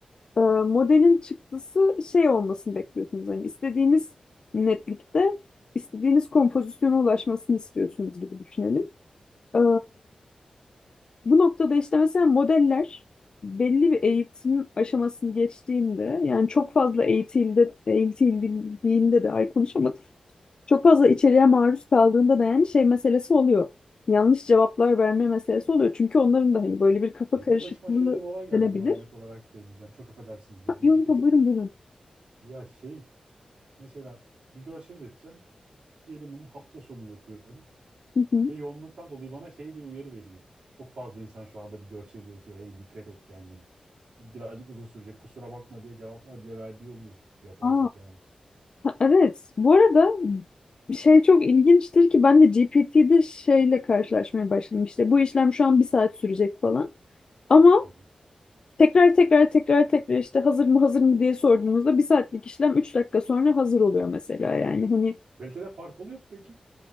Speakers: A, on the left; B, on the right.
A: e, modelin çıktısı şey olmasını bekliyorsunuz. Hani istediğiniz netlikte istediğiniz kompozisyona ulaşmasını istiyorsunuz gibi düşünelim. E, bu noktada işte mesela modeller belli bir eğitim aşamasını geçtiğinde yani çok fazla eğitildi, eğitildiğinde de ay konuşamadım. Çok fazla içeriğe maruz kaldığında da yani şey meselesi oluyor. Yanlış cevaplar verme meselesi oluyor. Çünkü onların da hani böyle bir kafa
B: benim
A: karışıklığı
B: başıma şöyle bir olay geldi.
A: denebilir.
B: Buna örnek olarak söyleyeceğim. Çok affedersiniz
A: Ha,
B: lafınızı
A: Yok yok
B: kestim.
A: buyurun buyurun.
B: Ya şey mesela bir görsel üreteceğim. Diyelim bunu hafta sonu yapıyorum.
A: Hı hı.
B: Ve yoğunluktan dolayı bana şey diye uyarı veriyor. Çok fazla insan şu anda bir görsel üretiyor. Hey dikkat et kendine. Birazcık uzun sürecek. Kusura bakma diye cevaplar bile verdiği oluyor. Yapay
A: Aa.
B: zekanın.
A: Ha, Evet, bu arada şey çok ilginçtir ki ben de GPT'de şeyle karşılaşmaya başladım İşte bu işlem şu an bir saat sürecek falan. Ama
B: Hı hı.
A: tekrar tekrar tekrar tekrar işte hazır mı hazır mı diye sorduğunuzda bir saatlik işlem 3 dakika sonra hazır oluyor mesela yani hani
B: Kalitede fark oluyor mu peki?